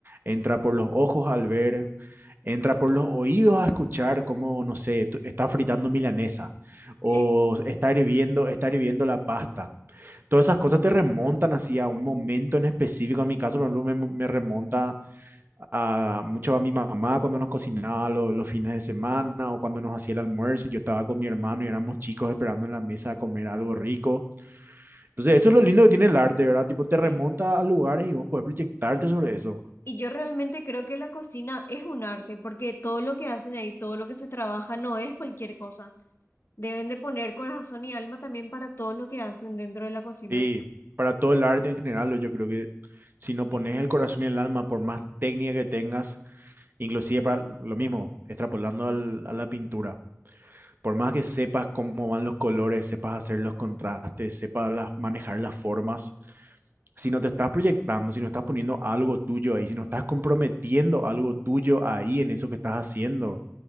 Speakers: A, on the right; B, on the left.
A: entra por los ojos al ver, entra por los oídos a escuchar cómo no sé, tú- está fritando milanesa
B: sí,
A: o está hirviendo, está hirviendo la pasta todas esas cosas te remontan así a un momento en específico. En mi caso, por ejemplo, me, me remonta a, mucho a mi mamá cuando nos cocinaba lo- los fines de semana o cuando nos hacía el almuerzo y yo estaba con mi hermano y éramos chicos esperando en la mesa a comer algo rico. Entonces, eso es lo lindo que tiene el arte, ¿verdad? Tipo, te
B: sí.
A: remonta a lugares y vos podés proyectarte sobre eso.
B: Y yo realmente creo que la cocina es un arte, porque todo lo que hacen ahí, todo lo que se trabaja, no es cualquier cosa. Deben de poner corazón y alma también para todo lo que hacen dentro de la cocina.
A: Sí, para todo el arte en general, yo creo que si no pones
B: Sí.
A: el corazón y el alma, por más técnica que tengas, inclusive para lo mismo, extrapolando al- a la pintura por más que sepas cómo van los colores, sepas hacer los contrastes, sepas las- manejar las formas, si no te estás proyectando, si no estás poniendo algo tuyo ahí, si no estás comprometiendo algo tuyo ahí en eso que estás haciendo,